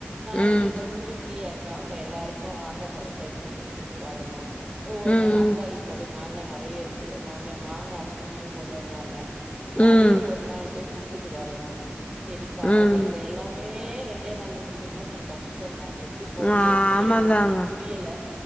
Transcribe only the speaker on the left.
ம்
ம்
ம் ம்
ம்
ஆமாந்தாங்க